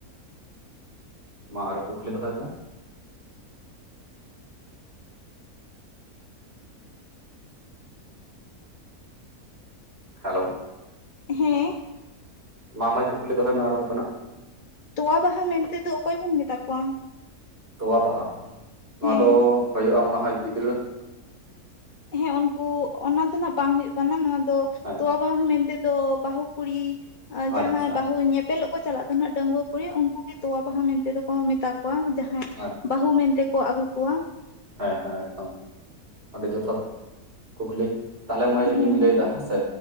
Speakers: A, on the right; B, on the left.
A: ᱢᱟ ᱟᱨᱚ ᱠᱩᱠᱞᱤ ᱫᱚᱦᱚᱨ ᱢᱮ ᱦᱮᱞᱳ
B: ᱦᱮᱸ
A: ᱢᱟ ᱢᱟ. ᱭ ᱠᱩᱠᱞᱤ ᱫᱚᱦᱚᱭ ᱢᱮ ᱟᱨᱚ ᱚᱱᱠᱟᱱᱟᱜ
B: ᱛᱚᱣᱟ ᱵᱟᱦᱟ ᱢᱮᱱᱛᱮᱫᱚ ᱚᱠᱚᱭ ᱵᱚᱱ ᱢᱮᱛᱟ ᱠᱚᱣᱟ
A: ᱛᱚᱣᱟ ᱵᱟᱦᱟ ᱱᱚᱣᱟ
B: ᱦᱮᱸ
A: ᱫᱚ ᱦᱩᱭᱩᱜᱼᱟ ᱢᱚᱱᱮ ᱦᱚᱭ ᱜᱤᱫᱽᱨᱟᱹ
B: ᱦᱮᱸ ᱩᱱᱠᱩ ᱚᱱᱟ ᱫᱚ ᱱᱟᱜ ᱵᱟᱝ ᱦᱩᱭᱩᱜ ᱠᱟᱱᱟ ᱱᱚᱣᱟ ᱫᱚ
A: ᱦᱮᱸ
B: ᱛᱚᱣᱟᱵᱟ ᱦᱚᱸ ᱢᱮᱱᱛᱮᱫᱚ ᱵᱟᱹᱦᱩ ᱠᱩᱲᱤ ᱡᱟᱦᱟᱸᱭ
A: ᱟᱪᱪᱷᱟ
B: ᱵᱟᱦᱩ ᱧᱮᱯᱮᱞᱚᱜ ᱠᱚ ᱪᱟᱞᱟᱜ ᱠᱟᱱᱟᱜ ᱰᱟᱺᱜᱩᱣᱟᱹ ᱠᱩᱲᱤ ᱩᱱᱠᱩ ᱜᱮ ᱛᱚᱣᱟ ᱵᱟᱦᱟ ᱢᱮᱱᱛᱮ ᱫᱚ ᱠᱚ ᱢᱮᱛᱟ ᱠᱚ ᱡᱟᱦᱟᱸᱭ
A: ᱟᱪ
B: ᱵᱟᱹᱦᱩ ᱢᱮᱱᱛᱮᱠᱚ ᱟᱹᱜᱩ ᱠᱚᱣᱟ
A: ᱦᱮᱸ ᱦᱮᱸ ᱮᱠᱫᱚᱢ ᱟᱹᱰᱤ ᱡᱚᱛᱷᱟᱛ ᱠᱩᱠᱞᱤ ᱛᱟᱦᱚᱞᱮ ᱢᱟᱹᱭ
B: ᱦᱮᱸ
A: ᱤᱧ ᱞᱟᱹᱭᱫᱟ ᱦᱮᱸᱥᱮ